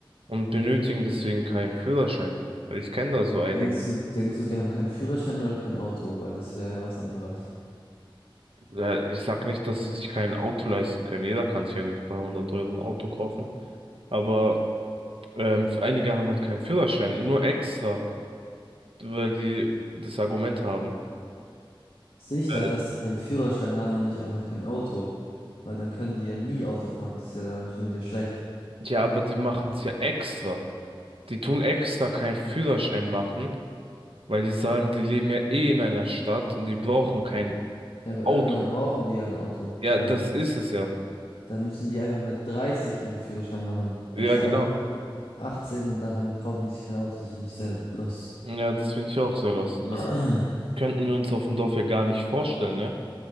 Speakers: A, on the right; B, on the left.
A: und benötigen deswegen keinen Führerschein. Ich kenne da so einige.
B: Denkst du, denkst du, die haben keinen Führerschein oder kein Auto? Weil das wäre ja was anderes.
A: Ja, Ich sag nicht, dass sie sich kein Auto leisten können. Jeder kann sich irgendwie bei 100 Euro ein Auto kaufen. Aber Ähm, einige haben halt keinen Führerschein, nur extra, weil die das Argument haben.
B: Sicher,
A: Äh,
B: dass die keinen Führerschein haben und nicht einfach kein Auto. Weil dann können die ja nie Auto fahren. Das ist ja dann schon wieder schlecht.
A: Ja, aber die machen es ja extra. Die tun extra keinen Führerschein machen, weil die sagen, die leben ja eh in einer Stadt und die brauchen kein
B: Ja, aber
A: Auto.
B: irgendwann brauchen die ja ein Auto.
A: Ja,
B: Äh,
A: das ist es ja.
B: da müssen die einfach mit 30 ihren Führerschein machen, anstatt
A: Ja, genau.
B: einfach 18 und dann haben, kaufen die sich kein Auto. Das finde ich sehr lost.
A: Ja, das finde ich auch sehr lost. Und
B: <clears throat>
A: das könnten wir uns auf dem Dorf ja gar nicht vorstellen, ne?